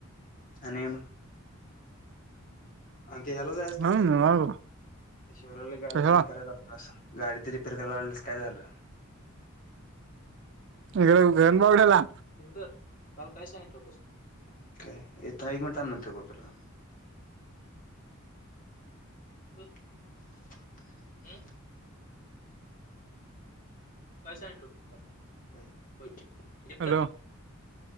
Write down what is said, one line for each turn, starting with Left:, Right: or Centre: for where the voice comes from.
Left: आणि काय म? आणि ते ह्याला जायचं काय
Right: हा
Left: झालं?
Right: निवांत बघ
Left: ते शौर्याला गाडी
Right: कशाला
Left: तेजि हे करायला. आस गाडी ती रिपेअर करायला आणलेलीस काय झालं?
Right: इकड भेंबवड्याला
Left: श्रीदर काल काय सांगितलं होतास तु मला? काय ताई एक मिनिट थांब नंतर बोलतो तुला हुं. काय सांगितलं होतं? काल तुम्हाला काय होय की
Right: हॅलो.